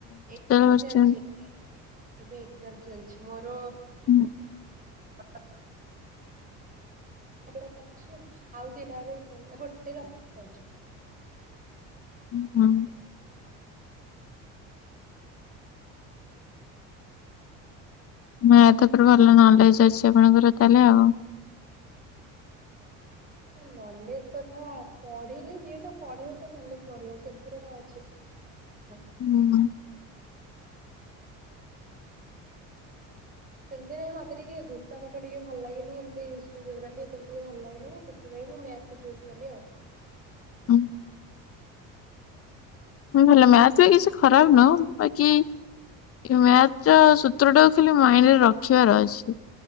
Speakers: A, on the left (about 45°); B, on the right (about 25°).
A: ହଷ୍ଟେଲ
B: ଏକ୍ସାମ୍
A: ବସିଛନ୍ତି?
B: ଚାଲିଛି ଏବେ। ଏବେ ଏକ୍ସାମ୍ ଚାଲିଛି ମୋର।
A: ହୁଁ।
B: <inaudible> <unintelligible> ଭଲ ଅଛି ଆଉ। ଆଉ ବି ଡାଇରେକ୍ଟ ଗୋଟେ ରହିଲା ସ
A: ଓ ହୋ। <unintelligible>
B: ହ <inaudible>
A: ମ୍ୟାଥ ଉପରେ ଭଲ ନଲେଜ ଅଛି ଆପଣଙ୍କର ତାହେଲେ ଆଉ।
B: ହଁ ନଲେଜ କଥା ପଢିଲେ ଯିଏତ ପଢିବ ତା ନଲେଜ ବଢିବ ସେଥିରେ କଣ ଅଛି। ହଁ <inaudible>
A: ହୁଁ
B: ସେମତି ନାଇଁ ମତେ ଟିକେ ଘୋଷା ପାଠ ଟିକେ ଭଲ ଲାଗେନି। ଏମତି ହିଷ୍ଟି ଜୋଗ୍ରାଫି ଏ ସବୁ ଟିକେ ଭଲ ଲାଗେନି ନା ସେ ସେଥିପାଇଁ ମୁଁ ମ୍ୟାଥ କୁ ଚୁଜ୍ କଲି ଆଉ ‌।
A: ଉଁ ହଁ ଭଲ ମ୍ୟାଥ ବି କିଛି ଖରାପ ନୁହଁ ବାକି ଏ ମ୍ୟାଥ ର ସୂତ୍ରଟାକୁ ଖାଲି ମାଇଣ୍ଡରେ ରଖିବାର ଅଛି।